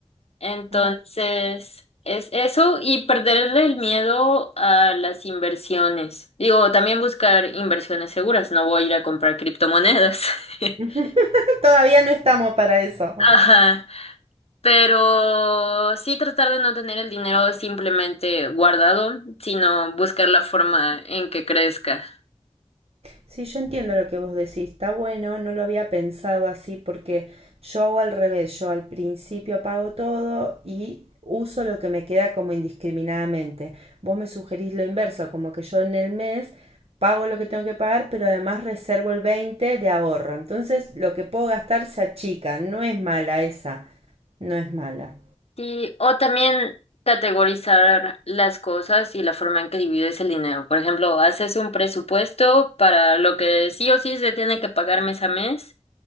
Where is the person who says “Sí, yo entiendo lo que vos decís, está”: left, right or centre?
Right